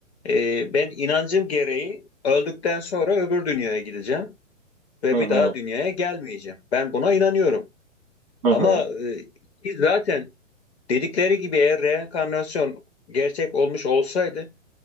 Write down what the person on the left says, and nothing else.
e, ben inancım gereği öldükten sonra öbür dünyaya gideceğim ve
bir
daha dünyaya gelmeyeceğim. Ben buna inanıyorum.
Ama e, ki zaten dedikleri gibi eğer reenkarnasyon gerçek olmuş olsaydı